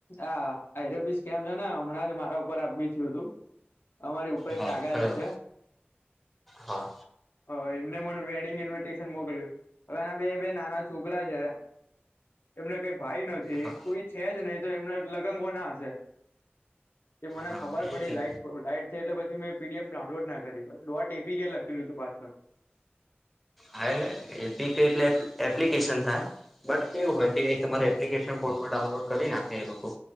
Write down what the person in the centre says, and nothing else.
હા
કયો
હા
હા
હા
એ જ
હાને એપીકે એટલે એપ્લિકેશન થાય બટ કેવું
હોય કે તમારે એપ્લિકેશન કોડમાં ડાઉનલોડ કરી નાખે એ લોકો